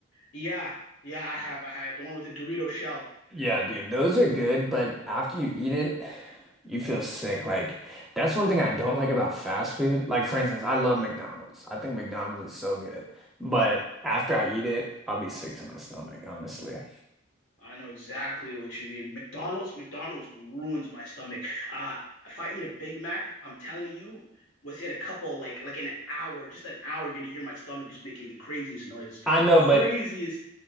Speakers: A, on the left; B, in the centre.
A: yeah, yeah, I have, I had the one with the Dorito shell.
B: Yeah, dude, those are good, but after you eat it, you feel sick. Like, that's one thing I don't like about fast food. Like, for instance, I love McDonald's. I think McDonald's is so good. But after I eat it, I'll be sick to my stomach, honestly.
A: I know exactly what you mean. McDonald's, McDonald's ruins my stomach. Uh, if I eat a Big Mac, I'm telling you, within a couple like like an hour, just an hour, you're gonna hear my stomach just making the craziest noise.
B: I know, but
A: Craziest,